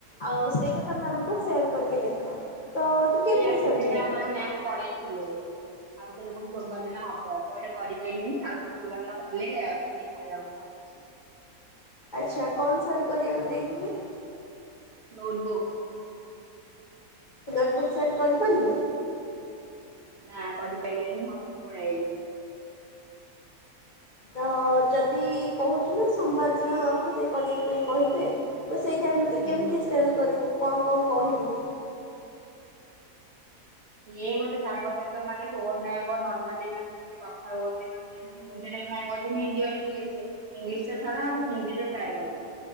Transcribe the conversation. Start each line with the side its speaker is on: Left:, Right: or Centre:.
Left: ଆଉ ସେ ତ ତମେ ଆମକୁ ସେଲ୍ କରିକି ଦେଖାଅ। ତ ତୁ କେମିତି
Right: ଏ ଏକ୍ଟିଭିଟୀ
Left: ସେଣ୍ଡ କରିବୁ?
Right: ଟା ଆମର ମ୍ୟାମ୍ କରେଇ ଥିଲେ। ଆଉ ଥରେ ପୁଣି ସୋମବାର ଦିନ ହ ବ ମୁଁ ଏଇଟା କରିବ୍ କହିଲିନି ଆଉ ଯଉ ସୋମବାର ଦିନ କଲେ ଦେଖାଯାଉ କ'ଣ ହେଉଛି।
Left: ଆଚ୍ଛା କ'ଣ ସେଲ୍ କରିବାକୁ ଦେଇଥିଲି?
Right: Notebook.
Left: Notebook sell କରିପାରିଲୁ?
Right: ନାଁ କରିପାଲେନି ହସିକି ପଳେଇ ଆଇଲି।
Left: ତ ଯଦି କହୁଛୁ ନା ସୋମବାର ଦିନ ଆଉଥରେ କରିବା ପାଇଁ କହିବେ। ତ ସେଇ ଟାଇମରେ
Right: ହୁଁ
Left: ତୁ କେମିତି
Right: ହୁଁ।
Left: ସେଲ୍ କରିବୁ କ'ଣ କ'ଣ କହିବୁ?
Right: ଇଏ ଗୋଟେ ସାଙ୍ଗ ସହିତ ମାନେ ଫୋନରେ ଆଗ ନର୍ମାଲି ମାନେ ଯେମତି କଥା ହୁଅନ୍ତି ମାନେ ଯେମତି ନିଜେ ଯେ ସେ ମ୍ୟାମ୍ କହିଛନ୍ତି ହିନ୍ଦୀ ଓର ଇଂଲିଶ୍ ରେ ଇଂଲିଶ୍ ରେ ଛଡା ଆଉ ହିନ୍ଦୀରେ ଟ୍ରାୟ କରିବା।